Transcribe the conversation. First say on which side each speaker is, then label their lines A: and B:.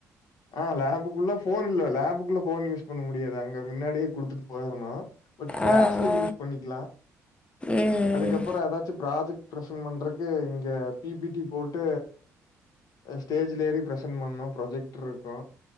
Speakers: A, on the left; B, on the left.
A: ஆ லேபுக்குள்ள ஃபோன் இல்ல லேபுகுள்ள ஃபோன் யூஸ் பண்ண முடியாது அங்க முன்னாடியே குடுத்துட்டு போயர்னு பட் கிளாஸ்ல
B: ஆ ஆ
A: யூஸ் பண்ணிக்லா
B: ம்
A: அதுக்கப்பற
B: ம்
A: எதாச்சு ப்ராஜெக்ட் ப்ரசென்ட் பண்றக்கு இங்க பி பி டி போட் டு ஸ்டேஜ்ல ஏறி பிரசென்ட் பண்ணு ப்ரஜெக்ட்ர் இருக்கு